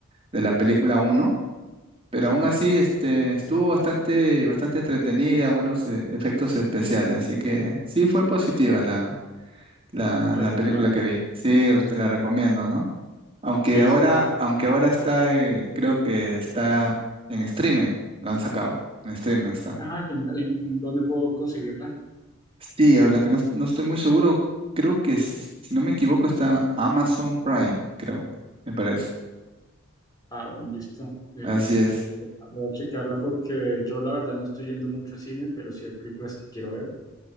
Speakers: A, on the right; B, on the left.
A: de la película uno, Pero
B: Sí,
A: aún así este, estuvo bastante, bastante entretenida, buenos eh, efectos especiales. Así que sí fue positiva la, la,
B: recomendada.
A: la película que vi. Sí, te la recomiendo, ¿no? Aunque
B: Sí,
A: ahora,
B: sí, sí.
A: aunque ahora está, eh, creo que está en streaming, la han sacado. En streaming está.
B: Ah, genial. ¿Y y dónde puedo conseguirla?
A: Sí, a la que no, no estoy muy seguro, creo que s- si no me equivoco está en Amazon Prime, creo, me parece.
B: Ah, bueno, listo. Eh,
A: Así es,
B: voy a chequearla porque yo la verdad no estoy yendo mucho a cine, pero sí hay películas que quiero ver.